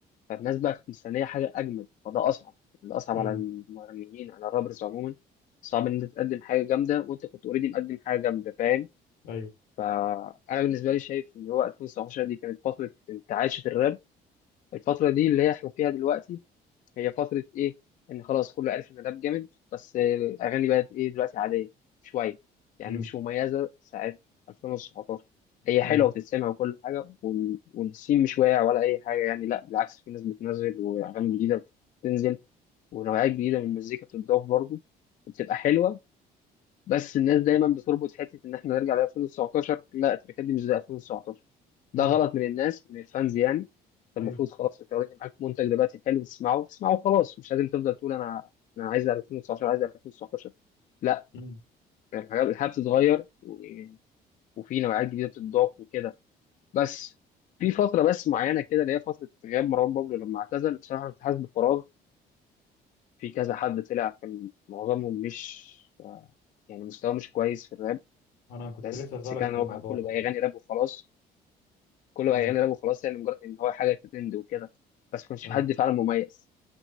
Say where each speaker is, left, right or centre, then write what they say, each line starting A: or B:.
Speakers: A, on the left (about 50°); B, on the left (about 80°).
A: فالناس بقى كانت مستنية حاجة أجمد فده أصعب يعني ده أصعب
B: مم.
A: على المغنيين على الرابرز عموما صعب إن أنت تقدم حاجة جامدة وأنت كنت أوريدي مقدم حاجة جامدة فاهم
B: ايوه
A: فأنا بالنسبة لي شايف إن هو 2019 دي كانت فترة انتعاش في الراب الفترة دي اللي هي إحنا فيها دلوقتي هي فترة إيه إن خلاص كله عرف إن الراب جامد بس الأغاني بقت إيه دلوقتي عادية شوية يعني
B: مم.
A: مش مميزة ساعة 2019 هي حلوة
B: ايوه
A: وتتسمع وكل حاجة وال- والسين مش واقع ولا أي حاجة يعني لا بالعكس في ناس بتنزل وأغاني جديدة بتنزل ونوعيات جديدة من المزيكا بتتضاف برضه وبتبقى حلوة بس الناس دايما بتربط حته ان احنا نرجع ل 2019 لا التركات دي مش زي 2019 ده
B: مم.
A: غلط من الناس من الفانز يعني انت المفروض
B: ايوه
A: خلاص انت اوريدي معاك منتج دلوقتي حلو تسمعه تسمعه خلاص مش لازم تفضل تقول انا انا عايز 2019 عايز 2019 لا
B: مم.
A: يعني الحاجات الحياه بتتغير و- وفي نوعيات جديده بتتضاف وكده بس في فتره بس معينه كده اللي هي فتره غياب مروان بابلو لما اعتزل بصراحه انا كنت حاسس بفراغ في كذا حد طلع كان معظمهم مش يعني مستواه مش كويس في الراب
B: انا كنت
A: بس
B: لسه اسالك
A: كان
B: في
A: هو
B: الموضوع
A: كله
B: ده
A: بقى يغني راب وخلاص كله بقى
B: مم.
A: يغني راب وخلاص يعني مجرد ان هو حاجه ترند وكده بس ما كانش
B: ايوه
A: في حد فعلا مميز